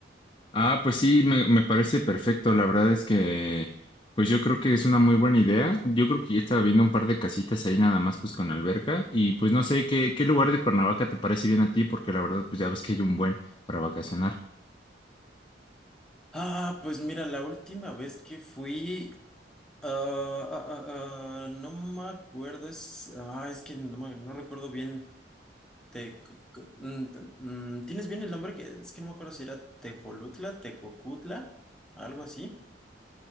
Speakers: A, on the left; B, in the centre.
A: Ah, pues sí, me, me parece perfecto. La verdad es que, pues yo creo que es una muy buena idea. Yo creo que ya estaba viendo un par de casitas ahí nada más, pues con alberca. Y pues no sé, ¿qué, qué lugar de Cuernavaca te parece bien a ti? Porque la verdad, pues ya ves que hay un buen para vacacionar.
B: Ah, pues mira, la última vez que fui Ah, ah, ah, ah, no me acuerdo, es, ah, es que no, me- no recuerdo bien. Te, c- c- mm, te- mm, ¿tienes bien el nombre? Que, es que no me acuerdo si era Tejolutla, Tecocutla, algo así.